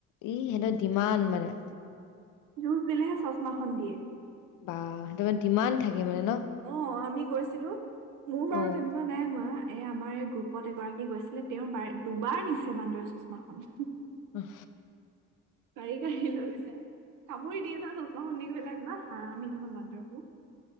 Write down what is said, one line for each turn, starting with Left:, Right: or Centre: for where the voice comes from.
Left: ই সিহঁতৰ ডিমান মানে।
Right: জুচ দিলেহে চচমাখন দিয়ে।
Left: বা সেইটোৰ মিনে ডিমান থাকে মানে ন'
Right: অ আমি গৈছিলো মোৰ বাৰু
Left: অ'।
Right: তেনেকুৱা নাই হোৱা, এই আমাৰ এই গ্ৰুপত এগৰাকী গৈছিলে তেওঁৰ বাৰ দুবাৰ নিছে বান্দৰে চচমাখন।
Left: উম।
Right: কাঢ়ি-কাঢ়ি লৈ যায়, কামুৰি দিয়ে নহয় চচমাখন নি পেলাই আপনাৰ ইমান হাৰামি নহয় বান্দৰবোৰ।